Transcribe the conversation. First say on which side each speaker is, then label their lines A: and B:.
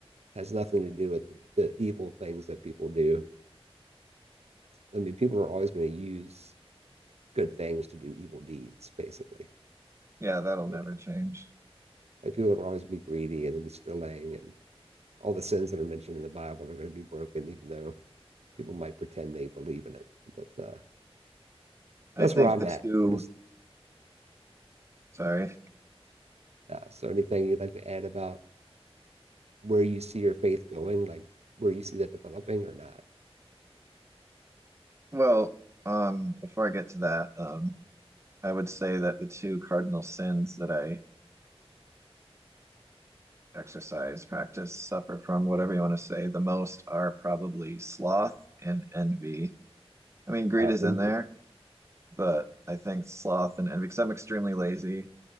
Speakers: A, on the right; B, on the right.
A: has nothing to do with the evil things that people do. I mean, people are always going to use good things to do evil deeds, basically.
B: yeah, that'll
A: You
B: never
A: know,
B: change.
A: like people are always be greedy and then be stealing, and all the sins that are mentioned in the Bible are going to be broken, even though people might pretend they believe in it. But uh, so that's
B: I think
A: where I'm
B: the
A: at.
B: two,
A: I'm just
B: sorry.
A: uh, so anything you'd like to add about where you see your faith going, like where you see that developing or not.
B: Well, um, before I get to that, um, I would say that the two cardinal sins that I exercise practice suffer from, whatever you want to say, the most are probably sloth and envy. I mean, greed
A: Oh,
B: is
A: and
B: in there, but I think sloth and envy, because I'm extremely lazy